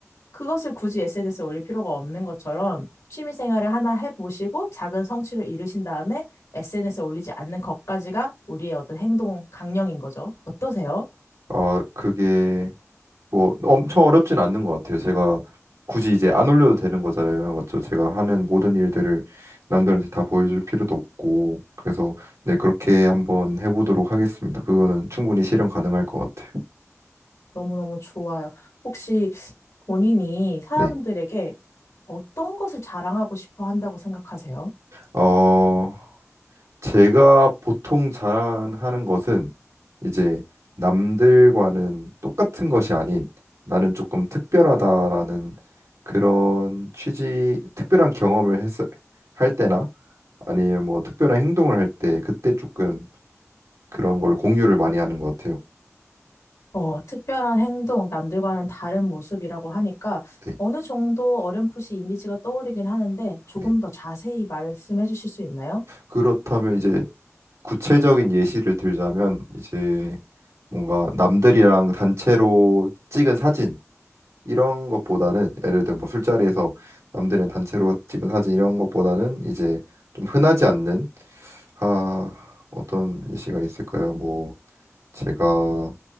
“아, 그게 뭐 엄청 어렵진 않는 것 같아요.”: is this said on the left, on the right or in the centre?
Right